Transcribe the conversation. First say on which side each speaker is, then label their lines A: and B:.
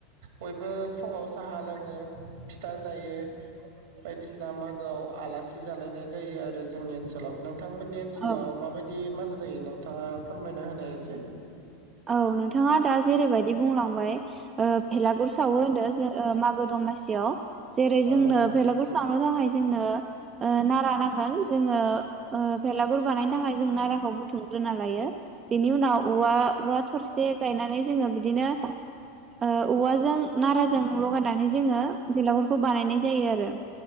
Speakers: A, on the right; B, on the right.
A: बयबो फुङाव साहा लोङो फथा जायो बायदिसिना मागोआव आलास जि जालायनाय जायो आरो जोंनि ओनसोलाव नोंथांमोननि ओनसोलाव
B: औ
A: माबायदि मान जायो नोंथाङा फोरमायना होनाय एसे
B: औ नोंथाङा दा जेरैबायदि बुंलांबाय ओ भेलागुर सावो होनदो जो ओ मागो दंमास <unintelligible> जेरै जोंनो
A: औ
B: भेलागुर सावनो थाखाय जोंनो ओ नारा नांगोन जोङो ओ बेेरलागुर बानायनो थाखाय जों नाराखौ बुथुमग्रोना लायो बेनि उनाव औवा औवा थरसे गायनानै जोङो बिदिनो ओ औवाजों नाराजों लगायनानै जोङो बेलागुर खौ बानायनाय जायो आरो